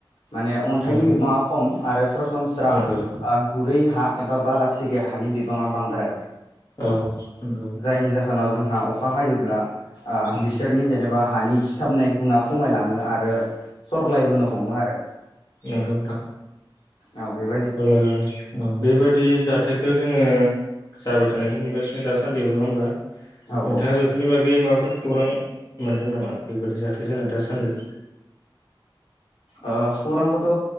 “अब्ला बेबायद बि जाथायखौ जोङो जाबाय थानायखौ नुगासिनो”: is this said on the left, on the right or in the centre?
Left